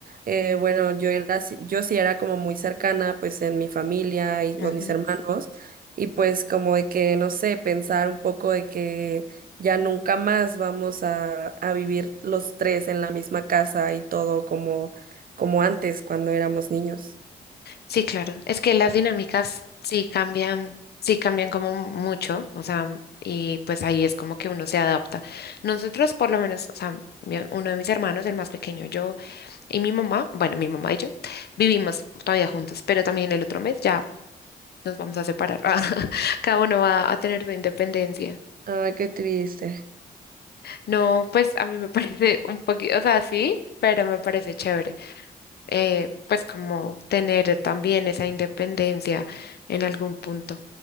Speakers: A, on the right; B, on the left.
A: eh, bueno, yo era, así- yo sí era como muy cercana pues en mi familia y
B: Ujú.
A: con mis hermanos y pues como de que, no sé, pensar un poco de que ya nunca más vamos a, a vivir los tres en la misma casa y todo como, como antes cuando éramos niños.
B: Sí, claro. Es que las dinámicas sí cambian, sí cambian como mucho, o sea, y pues ahí es como que uno se adapta. Nosotros por lo menos, o sea, mi- uno de mis hermanos, el más pequeño, yo y mi mamá, bueno, mi mamá y yo vivimos todavía juntos, pero también el otro mes ya nos vamos a separar. <laughs> Cada uno va a tener su independencia.
A: Ay, qué triste.
B: No, pues a mí me <laughs> parece un poquito, o sea, sí, pero me parece chévere. eh, pues como tener también esa independencia en algún punto.